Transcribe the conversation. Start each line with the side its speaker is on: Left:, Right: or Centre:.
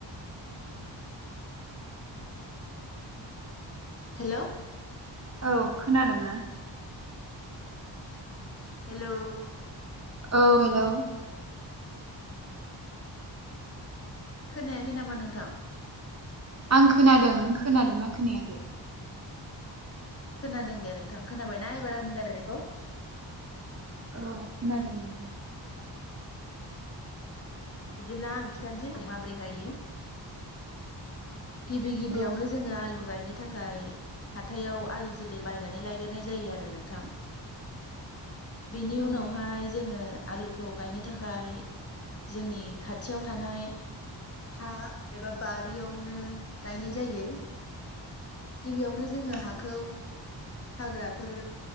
Left: हेलौ
Right: औ खोनादोंना?
Left: हेलौ
Right: औ हेलौ
Left: खोनायाखै नामा नोंथां?
Right: आं खोनादों खोनादोंना खोनायाखै
Left: खोनादों दे नोंथां खोनाबायना एबार आंनि रायलायनायखौ
Right: औ खोनादों बे
Left: बिदिब्ला आं खिन्थानोसै माबोरै गायो गिबि गिबियावनो
Right: औ
Left: जोङो आलु गायनो थाखाय हाथायाव आलु जोलै बायनानै लायग्रनाय जायो आरो नोंथां बेनि
Right: औ
Left: उनावहाय जोङो आलुखौ गायनो थाखाय जोंनि खाथियाव थानाय हा एबा बारियावनो गायनाय जायो। गिबियावनो जोङो
Right: औ
Left: हाखौ हाग्राफोर